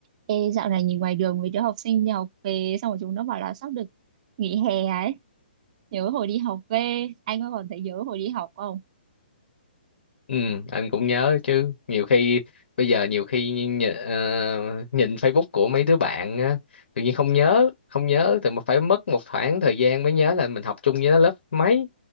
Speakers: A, on the right; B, on the left.
A: Ê, dạo này nhìn ngoài đường mấy đứa học sinh đi học về xong rồi chúng nó bảo là sắp được nghỉ hè ấy nhớ hồi đi học về anh có còn thấy nhớ hồi đi học không
B: Ừ, anh cũng nhớ chứ nhiều khi bây giờ nhiều khi nhìn, ờ, nhìn Facebook của mấy đứa bạn á, tự nhiên không nhớ không nhớ thì mà phải mất một khoảng thời gian mới nhớ là mình học chung với nó lớp mấy